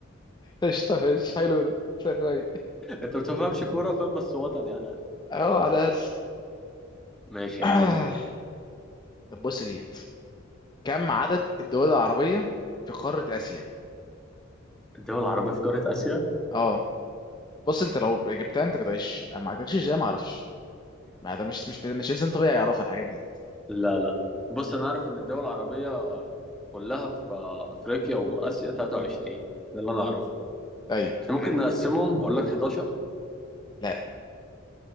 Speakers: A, on the left; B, in the centre.
A: قشطة ماشي حلو ده في الرايق
B: انت ما بتفهمش كوره فاهم بس وطني على الاقل
A: أه على الأقل
B: ماشي
A: <clears throat>
B: يا عم ادخل
A: طب بص ديت كم عدد الدول العربية في قارة آسيا؟
B: الدول العربيه في قاره اسيا
A: أه بص أنت لو جبتها أنت بتعيش ما هتعيش إزاي ما أعرفش ما ده مش مش مش إنسان طبيعي يعرف الحاجات دي
B: لا لا بص انا عارف ان الدول العربيه آه، كلها في آه، افريقيا واسيا 23 ده اللي انا اعرفه
A: ايوه
B: احنا ممكن نقسمهم اقول لك 11
A: لا